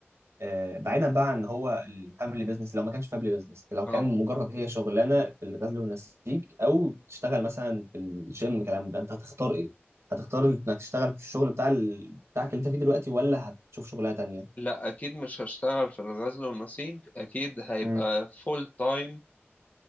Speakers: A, on the right (about 85°); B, on the left (about 35°).
A: آه بعيدا بقى عن هو الفاميلي بيزنس لو ما كانش فاميلي بيزنس لو كان
B: اه
A: مجرد هي شغلانه في الغزل والنسيج او تشتغل مثلا في الجيم كلام ده انت هتختار ايه؟ هتختار انك تشتغل في الشغل بتاع ال... بتاعك اللي انت فيه دلوقتي ولا هتشوف شغلانه تانيه؟
B: لا اكيد مش هشتغل في الغزل والنسيج اكيد هيبقى
A: مم.
B: فول تايم